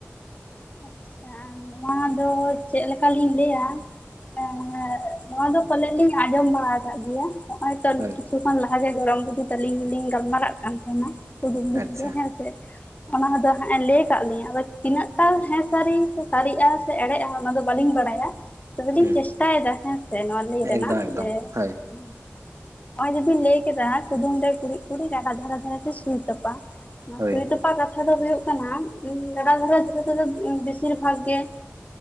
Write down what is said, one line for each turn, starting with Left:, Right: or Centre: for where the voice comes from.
Left: ᱟᱪᱪᱷᱟ ᱱᱚᱣᱟ ᱫᱚ ᱪᱮᱫ ᱞᱮᱠᱟᱞᱤᱧ ᱞᱟᱹᱭᱟ ᱦᱮᱸ ᱱᱚᱣᱟ ᱫᱚ ᱯᱟᱞᱮᱫ ᱞᱤᱧ ᱟᱸᱡᱚᱢ ᱵᱟᱲᱟ ᱟᱠᱟᱫ ᱜᱮᱭᱟ᱾ ᱱᱚᱜ ᱚᱚᱭ ᱛᱚ ᱱᱤᱛ
Right: ᱦᱳᱭ
Left: ᱠᱤᱪᱷᱩ ᱠᱷᱚᱱ ᱞᱟᱦᱟ ᱜᱮ ᱜᱚᱲᱚᱢ ᱵᱩᱰᱷᱤ ᱛᱟᱹᱞᱤᱧ ᱜᱮᱞᱤᱧ ᱜᱟᱞᱢᱟᱨᱟᱜ ᱠᱟᱱ ᱛᱟᱸᱦᱮᱱᱟ ᱠᱩᱫᱩᱢ ᱵᱤᱦᱤᱮ
Right: ᱟᱪᱪᱷᱟ
Left: ᱦᱮᱸ ᱡᱮ ᱚᱱᱟ ᱫᱚ ᱦᱟᱸᱜ ᱮ ᱞᱟᱹᱭ ᱠᱟᱜ ᱞᱤᱧᱟᱹ ᱟᱫᱚ ᱛᱤᱱᱟᱹᱜ ᱛᱟᱞ ᱦᱮᱸ ᱥᱟᱹᱨᱤ ᱥᱮ ᱥᱟᱨᱤᱜᱼᱟ ᱥᱮ ᱮᱲᱮᱜᱼᱟ ᱚᱱᱟ ᱫᱚ ᱵᱟᱹᱞᱤᱧ ᱵᱟᱲᱟᱭᱟ᱾ ᱛᱚᱵᱮᱞᱤᱧ
Right: ᱦᱩᱸ
Left: ᱪᱮᱥᱴᱟᱭᱮᱫᱟ ᱦᱮᱸ ᱥᱮ ᱱᱚᱣᱟ ᱞᱟᱹᱭ ᱨᱮᱱᱟᱜ
Right: ᱮᱠᱫᱚᱢ ᱮᱠᱫᱚᱢ
Left: ᱡᱮ
Right: ᱦᱳᱭ
Left: ᱦᱮᱸ ᱱᱚᱜ ᱚᱭ ᱡᱮᱵᱤᱱ ᱞᱟᱹᱭ ᱠᱮᱫᱟ ᱠᱩᱫᱩᱢ ᱨᱮ ᱠᱩᱲᱤ ᱠᱩᱲᱤᱫ ᱜᱟᱰᱟ ᱫᱷᱟᱨᱮ ᱫᱷᱟᱨᱟᱛᱮ ᱥᱩᱭ ᱛᱟᱯᱟ <unintelligible>
Right: ᱦᱳᱭ
Left: ᱥᱩᱭ ᱛᱚᱯᱟᱜ ᱠᱟᱛᱷᱟ ᱫᱚ ᱦᱩᱭᱩᱜ ᱠᱟᱱᱟ ᱤᱧ ᱜᱟᱰᱟ ᱫᱷᱟᱨᱮ ᱫᱷᱟᱨᱮ ᱫᱚ ᱵᱮᱥᱤᱨ ᱵᱷᱟᱜᱽ ᱜᱮ